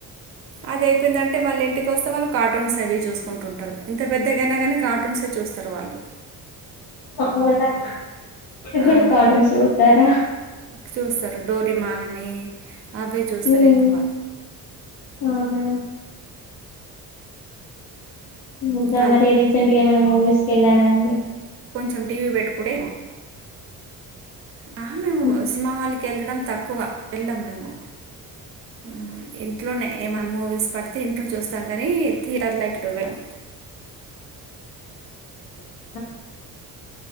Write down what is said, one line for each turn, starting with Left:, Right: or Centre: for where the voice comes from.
Right: అది అయిపోయిందంటే మళ్ళీ ఇంటికి వస్తే వాళ్ళు కార్టూన్స్ అవి చూసుకుంటుంటారు ఇంత పెద్దగైన కానీ కార్టూన్స్ చూస్తారు చూస్తారు వాళ్లు
Left: అవునా ఇప్పటికీ
Right: ఆ.
Left: కూడా కార్టూన్స్ చూస్తారా
Right: చూస్తారు డోరేమాన్ అని అవే చూస్తారు
Left: ఉమ్
Right: ఎక్కువ
Left: అవునా ఇకా
Right: వాళ్ళు
Left: మరి రీసెంట్గా ఏమైనా మూవీస్ కి వెళ్ళారా అండి
Right: మేము టీవి పెట్టుకుంటున్నాం ఆహా మేము
Left: హ్మ్.
Right: సినిమా హాల్ కి వెళ్ళడం తక్కువ వెళ్ళాం మేము
Left: ఉ
Right: ఆ, ఇంట్లోనే ఏమైనా మూవీస్ పడితే ఇంట్లో చూస్తాం కానీ థియేటర్లో ఎప్పుడు వెళ్దాం
Left: అవునా